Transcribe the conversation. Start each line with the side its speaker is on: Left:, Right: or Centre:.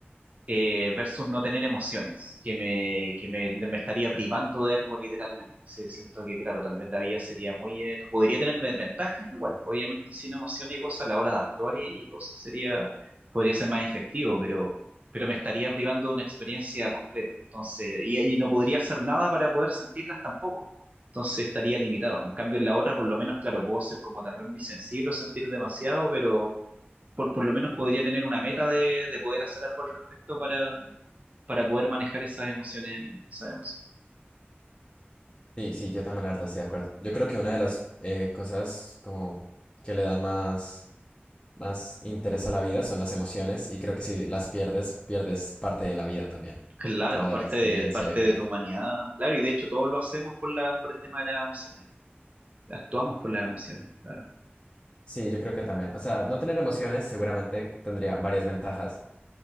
Right: eh, versus no tener emociones, que me, que me, me estaría privando de algo literalmente. Sí, siento que, claro, tal vez la vida sería muy... eh, podría tener ve- ventajas igual, obviamente sin emociones y cosas a la hora de actuar y, y cosas sería, podría ser más efectivo, pero, pero me estaría privando de una experiencia completa. Entonces, y, y no podría hacer nada para poder sentirlas tampoco. Entonces estaría limitado. En cambio, en la otra, por lo menos, claro, puedo ser como tal vez muy sensible o sentir demasiado, pero por, por lo menos podría tener una meta de, de poder hacer algo al respecto para, para poder manejar esas emociones, esas emociones.
Left: Sí, sí, yo también la verdad estoy de acuerdo. Yo creo que una de las eh, cosas como que le dan más, más interés a la vida son las emociones y creo que si las pierdes, pierdes parte de la vida también,
Right: Claro,
Left: como de
Right: parte
Left: la experiencia
Right: de, parte
Left: de vivir.
Right: de tu humanidad, claro, y de hecho todos lo hacemos por la, por el tema de las emociones, actuamos por las emociones, claro.
Left: Sí, yo creo que también. O sea, no tener emociones seguramente tendría varias ventajas,